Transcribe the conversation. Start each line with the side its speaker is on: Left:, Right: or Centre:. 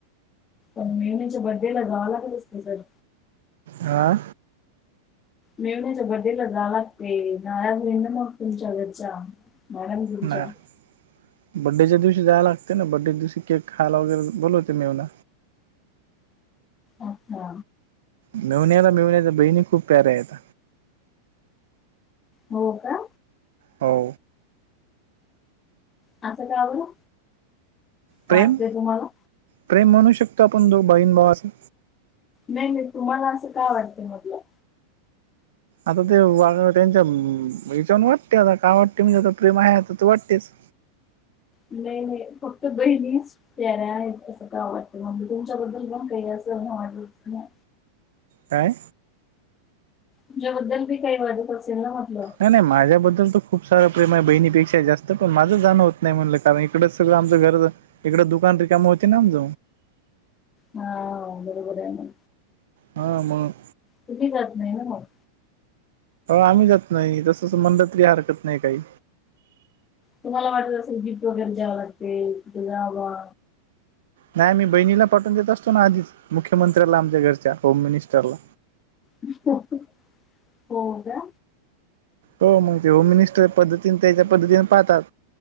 Left: ण मेनं बर्तडे ला जाला कलत सर
Right: आा
Left: मेवण्याच्या बर््डे ला जा लागते नाराज ना मग तुमच्या घरचा मला तुच्या
Right: नाही बड्डेच्या दिवशी जायव लागते ना बड्डेच्या दिवशी केक खायला वगैरे बोल होते मेवना
Left: अच्छा
Right: मेवण्याला मिेवण्याच्या बहिणी खूप प्याऱ्या आहेत
Left: हो का
Right: हो
Left: असं काय बलं
Right: प्रेम
Left: वाटतंय तुम्हाला
Right: प्रेम म्हणू शकतो आपण जो बाईण भावाचा
Left: नाही नाही तुम्हाला असं काय वाटतं मधलं
Right: आता ते त्यांच्या हच्याून वाटते आता काय वाटते म्हणजे आता प्रेम आहे आता ते वाटतेस
Left: नाही नाही फक्त बहीणीच तेर आहेत असं का आवडतं म्हणजे तुमच्या बद्दल पण काही असं वाटलं नाही
Right: काय
Left: तुझ्याबद्दल मी काही वाजत असेल ना म्हटलं
Right: नाही नाही माझ्याबद्दल तर खूप सारा प्रेम आहे बहिणीपेक्षा जास्त पण माझंच जाणं होत नाही म्हणलं कारण इकडच सगळं आमं घरच इकडें दुकान र काम होती ना आमज
Left: हा बरोबर आहे म
Right: हा मग
Left: तुही जात नाही ना मग
Right: आम्ही जात नाही तसंच म्हणलं तरी हरकत नाही काही
Left: तुम्हाला वाटत असल गिफ्ट वगैरे द्यावं लागते तिथ जावा
Right: नाही आ मी बहिणीला पाठवून देत असतो ना आधीच मुख्यमंत्र्याला आमच्या घरच्या होम मिनिस्टरला
Left: होऊ का
Right: हो मग ते होम मिनिस्टर पद्धतीने त्याच्या पद्धतीने पाहतात.